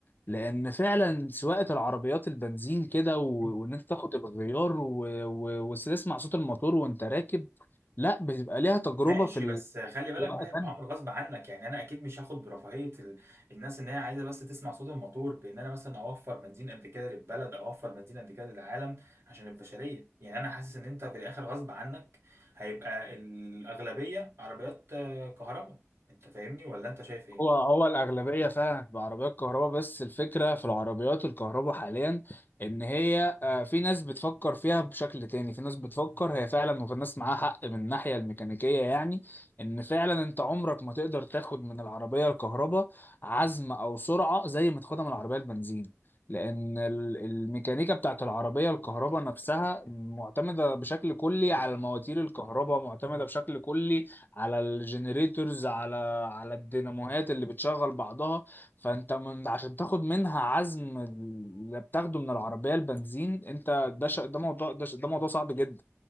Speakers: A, on the left; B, on the right.
A: لأن فعلا سواقة العربيات البنزين كده و...
B: فاهم
A: وإن أنت تاخد الغيار و... و... وتسمع صوت الموتور وأنت راكب لا بتبقى ليها تجربة
B: ماشي
A: في ال...
B: بس خلي بالك
A: دي بقى
B: ده هيبقى
A: تانية
B: امر غصب عنك يعني انا اكيد مش هاخد برفاهيه ال... الناس ان هي عايزه بس تسمع صوت الموتور بان انا مثلا اوفر بنزين قد كده للبلد او اوفر بنزين قد كده للعالم عشان البشريه يعني انا حاسس ان انت في الاخر غصب عنك هيبقى الاغلبيه عربيات آه، كهرباء انت فاهمني ولا انت شايف ايه
A: هو هو الأغلبية فعلا هتبقى عربيات كهرباء بس الفكرة في العربيات الكهرباء حاليا إن هي آه، في ناس بتفكر فيها بشكل تاني في ناس بتفكر هي فعلا وفي ناس معاها حق من الناحية الميكانيكية يعني إن فعلا أنت عمرك ما تقدر تاخد من العربية الكهرباء عزم أو سرعة زي ما تاخدها من العربية البنزين لأن ال- الميكانيكا بتاعت العربية الكهرباء نفسها معتمدة بشكل كلي على مواتير الكهرباء معتمدة بشكل كلي على الجنريتورز على على الديناموهات اللي بتشغل بعضها فانت من عشان تاخد منها عزم اللي بتاخده من العربية البنزين انت ده ش... ده موضوع ده, ش... ده موضوع صعب جدا